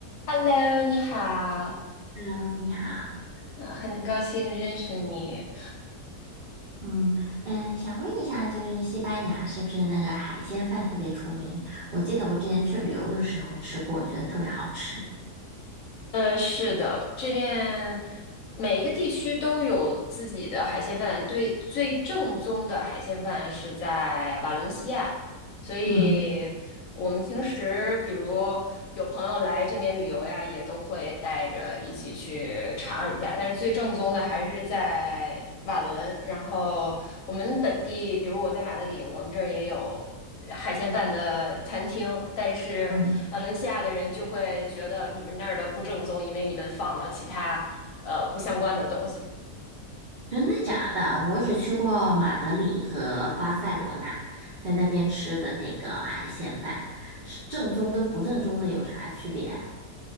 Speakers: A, on the left (about 65°); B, on the right (about 70°).
A: Hello，你好，
B: Hello，你好。
A: 呃很高兴认识你。
B: 嗯嗯，想问一下，就是西班牙是不是那个海鲜饭特别出名？我记得我之前去旅游的时候吃过，觉得特别好吃。
A: 呃，是的，这边每一个地区都有自己的海鲜饭，对，最正宗的海鲜饭是在瓦伦西亚，所以我们平时比如
B: 嗯
A: 有朋友来这边旅游呀，也都会带着一起去尝一下，但是最正宗的还是在瓦伦。然后我们本地，比如我在马德里，我们这儿也有海鲜饭的餐厅，但是。
B: 嗯，
A: 瓦伦西亚的人就会觉得你们那儿的不正宗，因为你们放了其他呃不相关的东西。
B: 真的假的？我只去过马德里和巴塞罗那，在那边吃的那个海鲜饭，是正宗跟不正宗的有啥区别？